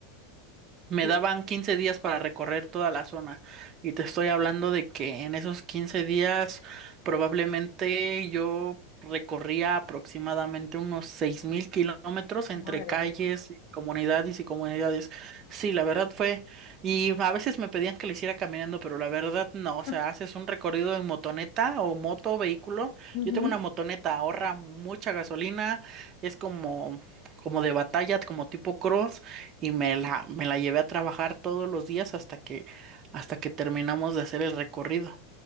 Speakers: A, on the right (about 30°); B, on the left (about 55°).
A: Me
B: Y,
A: daban 15 días para recorrer toda la zona y te estoy hablando de que en esos 15 días probablemente yo recorría aproximadamente unos 6.000 kilómetros entre
B: madre
A: calles,
B: mía.
A: comunidades y comunidades. Sí, la verdad fue, y a veces me pedían que lo hiciera caminando, pero la verdad no,
B: <laughs>
A: o sea, haces un recorrido en motoneta o moto, vehículo.
B: ujú,
A: Yo tengo una motoneta, ahorra mucha gasolina, es como... como de batalla, como tipo cross, y me la, me la llevé a trabajar todos los días hasta que, hasta que terminamos de hacer el recorrido.